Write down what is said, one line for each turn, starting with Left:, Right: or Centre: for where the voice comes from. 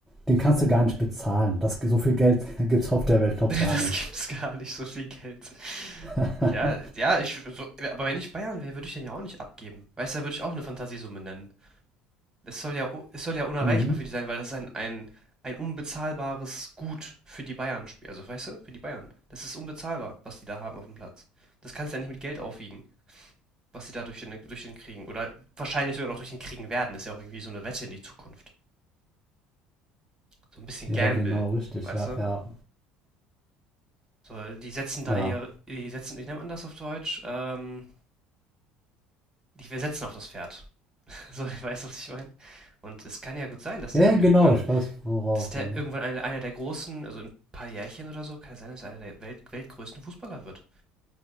Centre: den kannst du gar nicht bezahlen. Das, so viel Geld <laughs> gibt es auf der Welt noch gar
Right: Das
Centre: nicht.
Right: gibt's gar nicht, so viel Geld.
Centre: <laughs>
Right: Ja, ja, ich, so, aber wenn ich Bayern wäre, würde ich den ja auch nicht abgeben. Weißt du, da würde ich auch eine Fantasiesumme nennen. Es soll ja, u- es soll ja unerreichbar
Centre: mhm.
Right: für die sein, weil das ist ein, ein, ein unbezahlbares Gut für die Bayern spielt. Also, weißt du, für die Bayern. Das ist unbezahlbar, was die da haben auf dem Platz. Das kannst du ja nicht mit Geld aufwiegen, was sie da durch den, durch den kriegen. Oder wahrscheinlich sogar noch durch den kriegen werden. Ist ja auch irgendwie so eine Wette in die Zukunft. So ein bisschen
Centre: Ja,
Right: Gamble,
Centre: genau, richtig.
Right: weißt
Centre: Ja,
Right: du?
Centre: ja,
Right: So, die setzen da
Centre: ja.
Right: ihr, die setzen, wie nennt man das auf Deutsch? Ähm, die wir setzen auf das Pferd. <laughs> So, weißt du, was ich meine? Und es kann ja gut sein, dass
Centre: Ja,
Right: der dann
Centre: genau,
Right: irgendwann
Centre: ich weiß, worauf
Right: dass der
Centre: du.
Right: irgendwann einer, einer der großen, also in ein paar Jährchen oder so, kann es sein, dass er einer der Welt, weltgrößten Fußballer wird.